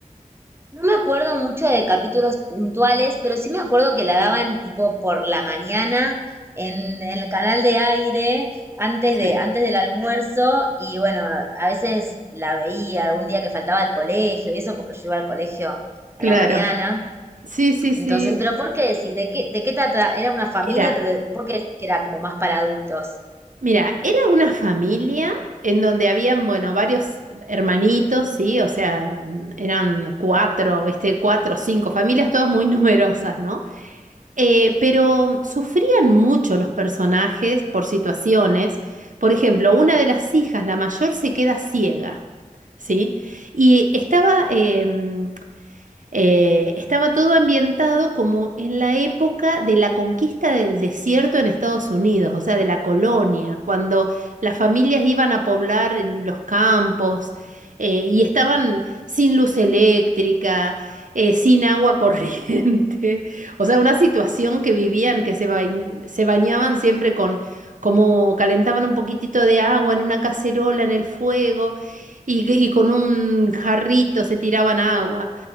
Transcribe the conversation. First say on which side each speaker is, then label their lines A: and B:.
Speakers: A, on the right; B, on the right.
A: No me acuerdo mucho de capítulos puntuales, pero sí me acuerdo que la daban tipo por la mañana en, el canal de aire, antes
B: Sí,
A: de, antes del almuerzo, y bueno, a veces la veía algún día que faltaba al colegio y eso, porque yo iba al colegio
B: claro.
A: a la mañana.
B: Sí, sí,
A: Entonces,
B: sí.
A: pero ¿por qué decís? ¿De qué, de qué trata? Era una familia,
B: Mira,
A: pero ¿por qué decís que era como más para adultos?
B: mira, era una familia en donde habían, bueno, varios hermanitos, sí, o sea, mm, eran cuatro, viste, cuatro, cinco familias, todas muy <laughs> numerosas, ¿no? Eh, pero sufrían mucho los personajes por situaciones. Por ejemplo, una de las hijas, la mayor, se queda ciega, ¿sí? Y estaba, em, Eh, estaba todo ambientado como en la época de la conquista del desierto en Estados Unidos, o sea, de la colonia, cuando las familias iban a poblar en los campos eh, y estaban sin luz eléctrica, eh, sin agua corriente, <laughs> o sea, una situación que vivían, que se, bañ- se bañaban siempre con, como calentaban un poquitito de agua en una cacerola en el fuego y y con un jarrito se tiraban agua.